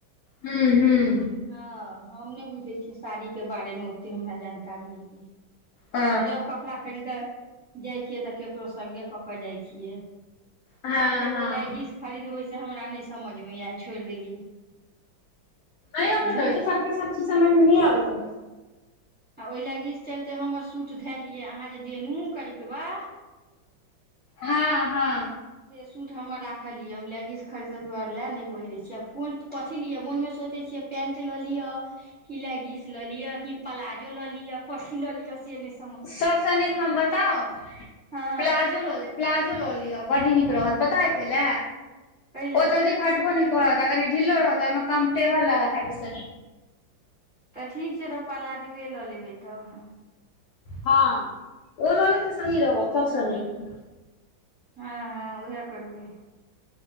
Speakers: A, on the left; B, in the centre.
A: हूँ हूँ
B: हं हम नय बुझै छियै साड़ी के बारे में ओते हमरा जानकारी नय यय
A: ओ
B: हम जब कपड़ा खरीद जाइ छियै तऽ केकरो संगे कऽ कऽ जाइ छियै
A: हँ
B: काल्हि
A: हँ
B: एगो लैगिस खरीदबै से हमरा नय समझमे एल छोइड़ देलियै
A: नय अबत
B: बुझलियै
A: रहै सबके सबचीज समझमे नै आबैत रह
B: आ ओय लैगीस चलते हमर सूट धेलियै अहाँ जे देलु करिकबा
A: हँ हँ
B: से सूट हमर राखलयै हम लैगीस खरीदऽ दुआरे लय नइ पहिरै छी कुन कथी लिअ मोनमे सोचै छियै पैन्ट लऽ लिअ कि लैगीस लऽ लिअ कि प्लाजो लऽ लिअ कथी लऽ लिअ से नय
A: सबसँ नीक हम बताउ
B: हँ
A: प्लाजो लऽ लेब प्लाजो लऽ लिअ बड्ड नीक रहत पता अइ कइलै
B: कै लए
A: ओ जल्दी फाटबो नय करत आ कनि ढिललो रहत हिमे कम्फटेबल रह बिस
B: तऽ ठीक छै तऽ प्लाजोए लऽ लेबै तब हम
A: हँ ओ ल लेब तऽ सही रहत सबस
B: हँ
A: नीक
B: हँ ह उह करबय